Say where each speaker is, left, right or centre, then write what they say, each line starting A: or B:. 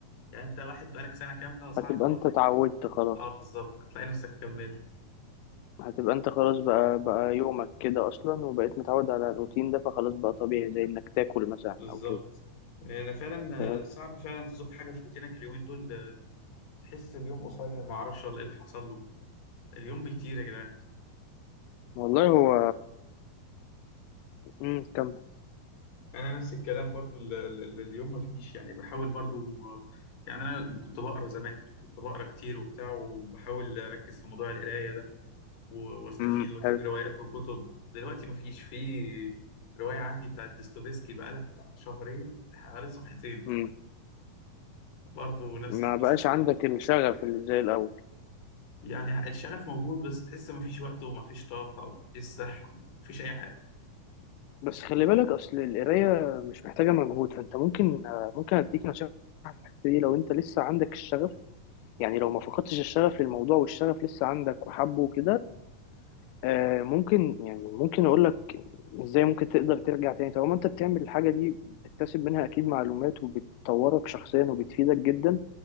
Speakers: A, on the left; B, on the left.
A: يعني أنت واحد بقالك سنة كاملة صعب
B: هتبقى
A: توقف
B: انت اتعودت خلاص
A: أه بالظبط هتلاقي نفسك كملت
B: هتبقى انت خلاص بقى بقى يومك كده اصلا وبقيت متعود على الروتين ده فخلاص بقى طبيعي زي انك تاكل مثلا
A: بالظبط
B: او كده
A: أنا فعلا
B: فهمت
A: آه، صعب فعلا تزق حاجة في روتينك اليومين دول بتحس اليوم قصير ما اعرفش ولا ايه اللي حصل له اليوم بيطير يا جدعان
B: والله
A: انا نفس
B: هو امم كمل
A: انا نفس الكلام برضو ال- ال- ال- اليوم ما فيش يعني بحاول برضو يعني انا كنت بقرا زمان كنت بقرا كتير وبتاع وبحاول اركز في موضوع القرايه ده و- واستفيد
B: امم
A: واجيب
B: حلو
A: روايات وكتب دلوقتي ما فيش في روايه عندي بتاعت ديستوفيسكي بقالها بتاع شهرين قريت صفحتين
B: امم
A: برضو نفس
B: ما
A: القصه
B: بقاش عندك الشغف اللي زي الاول
A: يعني الشغف موجود بس تحس ما فيش وقت وما فيش طاقه وما فيش صحه وما فيش اي حاجه
B: بس خلي بالك اصل القرايه مش محتاجه مجهود فانت ممكن ممكن اديك نصيحه في الحتة دي لو انت لسه عندك الشغف يعني لو ما فقدتش الشغف للموضوع والشغف لسه عندك وحبه وكده آه ممكن يعني ممكن اقول لك ازاي ممكن تقدر ترجع تاني طالما انت بتعمل الحاجه دي بتكتسب منها اكيد معلومات وبتطورك شخصيا وبتفيدك جدا